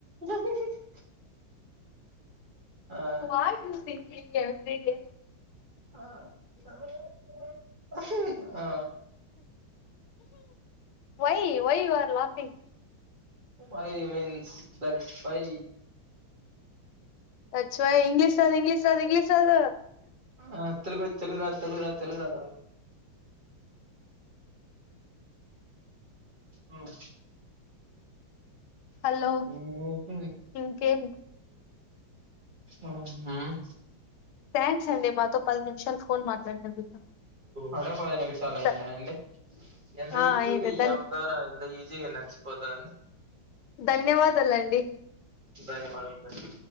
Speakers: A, on the right; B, on the left.
A: జో హి ష్ ఆ
B: వాట్ యూ థింకింగ్ ఎవ్రీడే
A: ఆ సమయం ఉ ఆ
B: why why your laughing
A: why means that's why
B: <unintelligible> English రాదు ఇంగ్లీష్ <unintelligible> ఇంగ్లీష్ రాదు
A: ఆ తెలుగు తెలుగు రా తెలుగు రాత్ తెలుగు రాదా అవు <unintelligible>
B: హలో
A: మ్మ్
B: ఇంకేం
A: ఆ మ్మ్
B: థ్యాంక్స్ అండి మాతో పది నిమిషాలు ఫోన్ మాట్లాడినందుకు
A: అడే పది నిమిషాలు అయింద
B: ద-
A: అండి ఎంత
B: ఆ
A: ఈజీగా
B: ఇదే
A: ఈ
B: ధన్
A: యాప్ ద్వారా ఎంత ఈజీగా నచ్చు పోతాంది
B: ధన్యవాద్ <unintelligible> అండి
A: ధన్యవాదం ధన్య